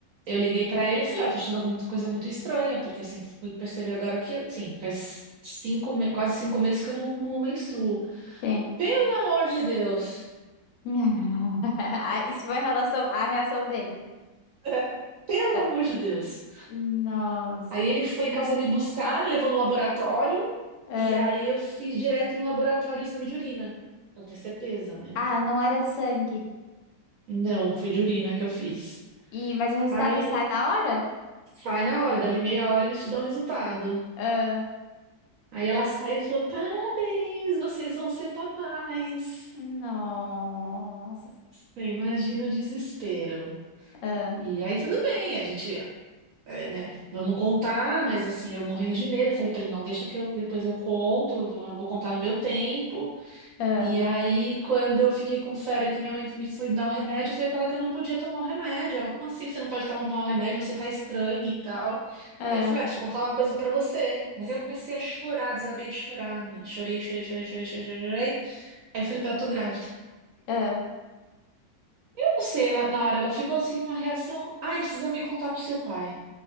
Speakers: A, on the right (about 70°); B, on the left (about 80°).
A: Eu liguei pra ele e falei, ó, tô achando alguma coisa muito estranha, porque assim, fui perceber agora que, assim, faz cinco, me- quase cinco meses que eu não, não menstruo.
B: Sim.
A: Pelo amor de Deus!
B: <laughs> Ah, Isso foi a relação, a reação dele.
A: É, Pelo
B: Ah,
A: amor de Deus!
B: Nossa.
A: Aí ele foi em casa me buscar, me levou no laboratório,
B: Ah,
A: e aí eu fiz direto no laboratório o exame de urina, pra ter certeza, né?
B: ah, não era de sangue.
A: Não, foi de urina que eu fiz.
B: E, mas o resultado
A: Aí
B: sai na hora?
A: sai na hora, dali meia hora eles te dão o resultado.
B: Ah,
A: Aí ela saiu e falou: Parabéns, vocês vão ser papais.
B: nossa.
A: Você imagina o desespero.
B: Ah,
A: E aí tudo bem, a gente, é, né, vamos contar, mas assim, eu morrendo de medo. Eu Falei pra ele: Não, deixa que eu depois eu conto, eu vou, eu vou contar no meu tempo.
B: ah,
A: E aí, quando eu fiquei com febre, que minha mãe me foi dar o remédio, eu falei pra ela que eu não podia tomar o remédio. Ela, como assim? Você não pode tomar o remédio, você tá estranha e tal.
B: ah,
A: Aí eu falei, ah, preciso contar uma coisa pra você. Mas aí eu comecei a chorar, desabei de chorar, menina. Chorei, chorei, chorei, chorei, chorei, chorei. chorei. Aí eu falei pra ela, tô grávida.
B: ah.
A: Eu não sei, ela, na hora ela ficou assim, uma reação. Ai, precisamos me contar pro seu pai.